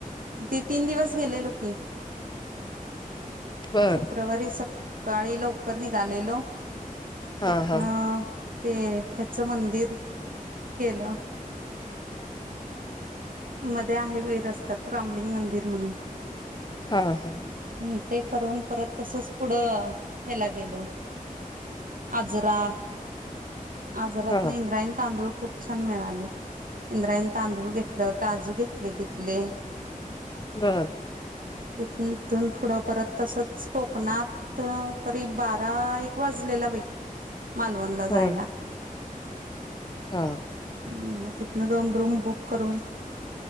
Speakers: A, on the right; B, on the left.
A: किती तीन दिवस गेलेलो की
B: बर
A: शुक्रवारी स काळी ल उकर निघालेलो
B: हा
A: इतना
B: हा
A: ते ह्याच मंदिर केलं मध्ये आहे वै रस्त्यात रामलिंग मंदिर म्हणून
B: हा हा
A: हम् ते करून परत तसच पुढं ह्याला गेलो आजरा आजारात
B: हा
A: ना इंद्रायण तांदूळ खूप छान मिळाले इंद्रायं तांदूळ घेत म काजू घेतले तिथले
B: बर
A: तथथन पुढं परत तसंच कोकणात त तरी बारा एक वाजलेला बाई मालवणला
B: होय
A: जायला
B: हा
A: ह् मग तिथन जाऊन रूम बुक करून